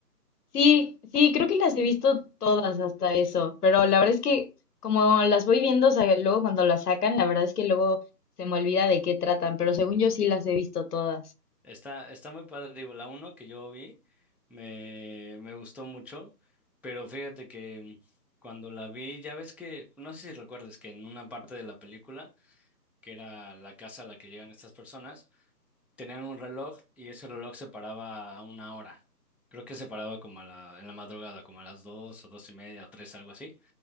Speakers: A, on the left; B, in the centre.
A: Sí, sí, creo que las he visto todas hasta eso, pero la verdad es que como las voy viendo, o sea, luego cuando las sacan, la verdad es que luego se me olvida de qué tratan, pero según yo sí las he visto todas.
B: Está, está muy padre, digo, la uno que yo vi me, me gustó mucho, pero fíjate que cuando la vi, ya ves que, no sé si recuerdas que en una parte de la película, que era la casa a la que llegan estas personas, Tenían un reloj y ese reloj se paraba a una hora. Creo que se paraba como a la, en la madrugada, como a las dos o dos y media o tres, algo así.